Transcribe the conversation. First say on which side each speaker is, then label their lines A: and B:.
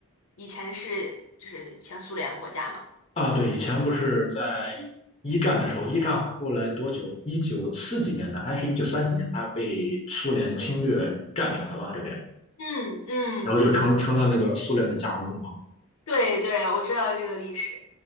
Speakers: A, on the left; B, on the left.
A: 以前是就是前苏联国家嘛。
B: 啊，对，以前不是在一战的时候，一战后来多久？一九四几年的，还是一九三几年，它被苏联侵略占领了嘛，这边，
A: 嗯嗯嗯，
B: 然后就成成了那个苏联的加盟共和
A: 对对，我知道这个历史。